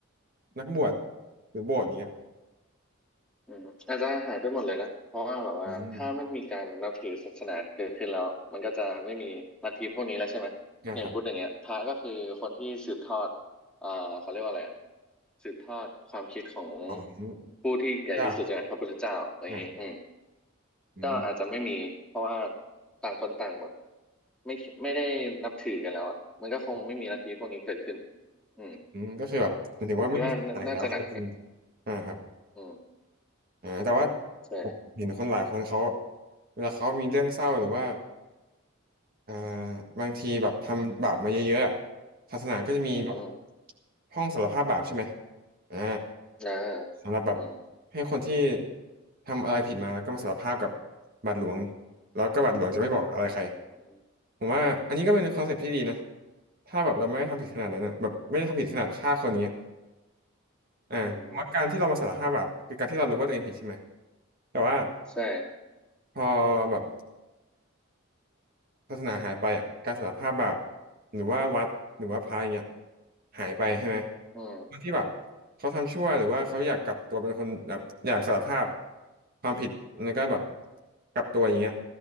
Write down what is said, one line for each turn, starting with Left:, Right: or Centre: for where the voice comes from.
Right: นักบวชหรือโบสถ์อย่างเงี้ย
Centre: อืมอาจจะหายไปหมดเลยนะเพราะว่าแบบว่าถ้าไม่มีการนับถือศาสนาเกิดขึ้นแล้วมันก็จะไม่มีลัทธิพวกนี้แล้วใช่ไหมอย่างพูดอย่างเงี้ยพระก็คือคนที่สืบทอด
Right: อืมนะครับ
Centre: อ่าเขาเรียกว่าอะไรอะสืบทอดความคิดของ
Right: ของ
Centre: ผู้ที่ใหญ่ที่สุดใช่ไหมพระพุทธเจ้าอะไรอย่างเงี้ยอืม
Right: เจ้าอ่าอืม
Centre: ก็อาจจะไม่มีเพราะว่าต่างคนต่างแบบไม่ไม่ได้นับถือกันแล้วอ่ะมันก็คงไม่มีลัทธิพวกนี้เกิดขึ้นอืม
Right: อืมก็คือแบบหมายถึงว่าไม่มีศาสนาอีกแล้วก็คือ
Centre: ผมคิดว่าน่าน่าจะหนักนะ
Right: อ่าครับ
Centre: อืม
Right: อ่าแต่ว่า
Centre: ใช่
Right: ผมเห็นคนหลายคนเขาเวลาเขามีเรื่องเศร้าหรือว่าอ่าบางทีแบบทำบาปมาเยอะๆอะศาสนาก็จะมีแบบ
Centre: อืม
Right: ห้องสารภาพบาปใช่ไหมอ่า
Centre: นะ
Right: สำหรับแบบ
Centre: อืม
Right: ให้คนที่ทำอะไรผิดมาแล้วก็มาสารภาพกับบาดหลวงแล้วก็บาทหลวงจะไม่บอกอะไรใคร
Centre: อืม
Right: ผมว่าอันนี้ก็เป็นคอนเซ็ปต์ที่ดีนะถ้าแบบเราไม่ได้ทำผิดขนาดนั้นนะแบบไม่ได้ทำผิดขนาดฆ่าคนเนี้ยอ่าผมว่าการที่เรามาสารภาพแบบคือการที่เรารู้ว่าตัวเองผิดใช่ไหม
Centre: อืม
Right: แต่ว่า
Centre: ใช่
Right: พอแบบ ศาสนาหายไปอ่ะการสารภาพบาปหรือว่าวัดหรือว่าพระอย่างเงี้ยหายไปใช่ไหม
Centre: อืม
Right: คนที่แบบเขาทำชั่วหรือว่าเขาอยากกลับตัวเป็นคนแบบอยากสารภาพความผิดแล้วก็แบบกลับตัวอย่างเงี้ย